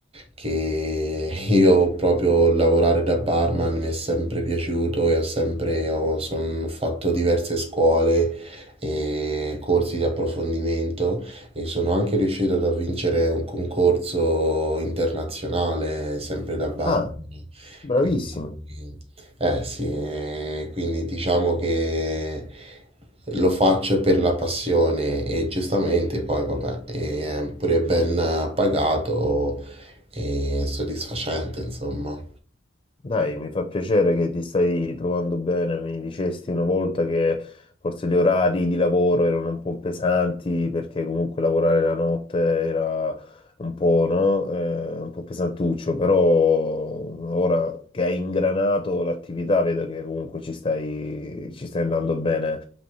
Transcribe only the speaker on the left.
Ah, bravissimo.
Dai, mi fa piacere che ti stai trovando bene. Mi dicesti una volta che forse gli orari di lavoro erano un po' pesanti perché comunque lavorare la notte era un po', no? Eh, un po' pesantuccio, però ora che hai ingranato l'attività vedo che comunque ci stai, ci stai andando bene.